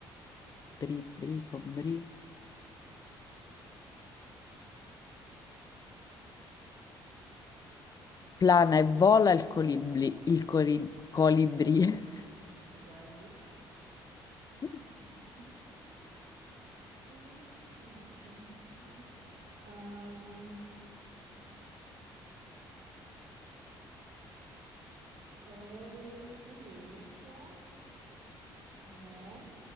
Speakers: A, on the left; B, on the right.
A: Bri, bri, con bri. Plana e vola il colibri. Il coli- colibri.
B: Che belli.
A: <laughs>
B: Ah, ah, ah. Tu, tu, tu. Cosa rima con i libri? Ehm, ok, ti dico che